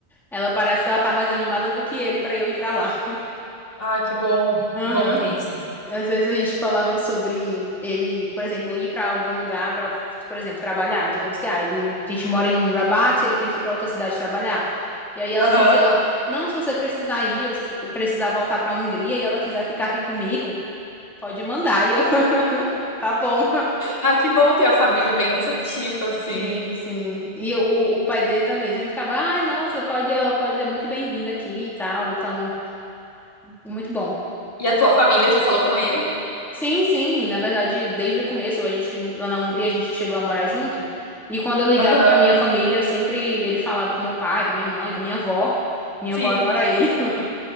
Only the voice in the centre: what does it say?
ela parece que ela tá mais animada do que ele pra eu ir pra lá.
<laughs>
Às vezes a gente falava sobre ele, por exemplo, ir para algum lugar para, por exemplo, trabalhar. Digamos que ah, ele, a gente mora em Rabat, ele tem que ir para outra cidade trabalhar. E aí ela
dizia, ela, não, se você precisar ir, ou se você precisar voltar para a Hungria e ela quiser ficar aqui comigo, pode mandar. E eu, <laughs> tá bom.
Sim, sim. E o, o pai dele também sempre ficava, ai, nossa, pode, ela pode ser muito bem-vinda aqui e tal. Então, muito bom.
Sim, sim, na verdade, desde o começo, a gente lá na Hungria a gente chegou a morar junto, e quando eu ligava
pra minha família, eu sempre ele falava com meu pai, com a minha mãe, com a minha avó. Minha
avó adora ele. <laughs>